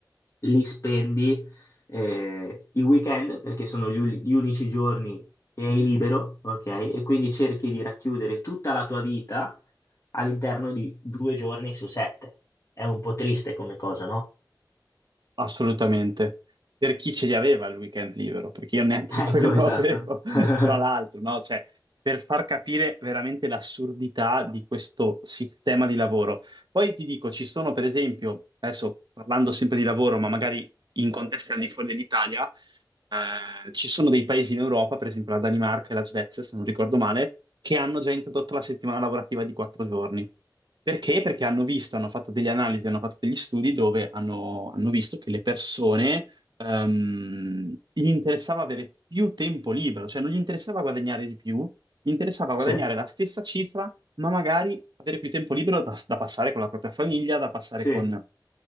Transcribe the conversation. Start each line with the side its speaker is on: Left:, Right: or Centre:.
Left: li spendi eh, i weekend, perché sono gli, uni- gli unici giorni che hai libero, ok? E quindi cerchi di racchiudere tutta la tua vita all'interno di due giorni su sette. È un po' triste come cosa, no?
Right: Assolutamente. Per chi ce li aveva il weekend libero, perché io neanche
Left: <laughs>
Right: <laughs> quello
Left: Ecco, esatto.
Right: avevo,
Left: <laughs>
Right: tra l'altro, no? Cioè, per far capire veramente l'assurdità di questo sistema di lavoro. Poi ti dico, ci sono per esempio, adesso parlando sempre di lavoro, ma magari in contesti al di fuori dell'Italia, eh, ci sono dei paesi in Europa, per esempio la Danimarca e la Svezia, se non ricordo male, che hanno già introdotto la settimana lavorativa di quattro giorni. Perché? Perché hanno visto, hanno fatto delle analisi, hanno fatto degli studi dove hanno, hanno visto che le persone, ehm, gli interessava avere più tempo libero, cioè non gli interessava guadagnare di più, gli interessava guadagnare
Left: Sì,
Right: la stessa cifra, ma magari avere più tempo libero da, da passare con la propria famiglia, da passare
Left: sì,
Right: con